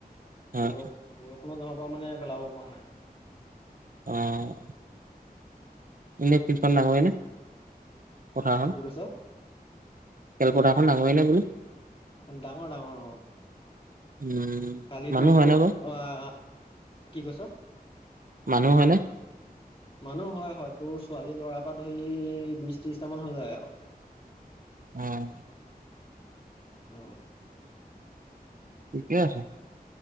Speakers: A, on the right; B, on the left.
A: হয়
B: বৰ-বৰষুণত ধৰ, মই মানে পেলাব পৱা নাই
A: অহ <unintelligible> পথাৰখন?
B: কি কৈছ?
A: খেলপথাৰখন ডাঙৰে নে বোলো
B: ডাঙৰ ডাঙৰ।
A: উম,
B: কালি
A: মানুহ
B: তোৰ,
A: হয়নে বাৰু
B: আহ কি কৈছ?
A: মানুহ হয়নে?
B: মানুহ হয়, হয়, তোৰ ছোৱালী ল'ৰাৰ পা ধৰি বিশ ত্ৰিশটামান হৈ যায় আৰু।
A: উম।
B: অ',
A: ঠিকে আছে।